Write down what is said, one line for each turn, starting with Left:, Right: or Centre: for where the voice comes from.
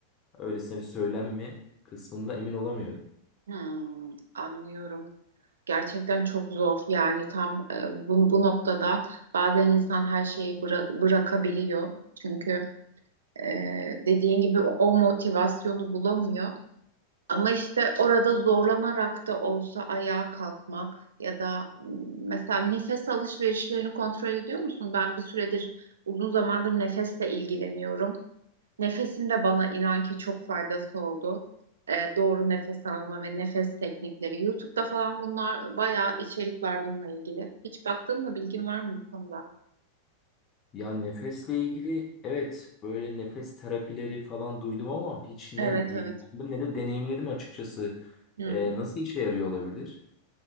Left: öylesine bir söylem mi kısmında emin olamıyorum.
Right: hmm, anlıyorum. Gerçekten çok zor. Yani tam e, bu, bu noktada bazen insan her şeyi bıra- bırakabiliyor. Çünkü e, dediğin gibi o o motivasyonu bulamıyor. Ama işte orada zorlanarak da olsa ayağa kalkmak ya da m, mesela nefes alışverişlerini kontrol ediyor musun? Ben bir süredir uzun zamandır nefesle ilgileniyorum. Nefesin de bana inan ki çok faydası oldu. Ee, doğru nefes alma ve nefes teknikleri. YouTube'da falan bunlar bayağı içerik var bununla ilgili. Hiç baktın mı? Bilgin var mı bu konuda?
Left: Ya nefesle ilgili evet böyle nefes terapileri falan duydum ama hiç ne
Right: Evet,
Left: ilgilendim
Right: evet.
Left: ne de deneyimledim açıkçası.
Right: Hmm.
Left: Ee, nasıl işe yarıyor olabilir?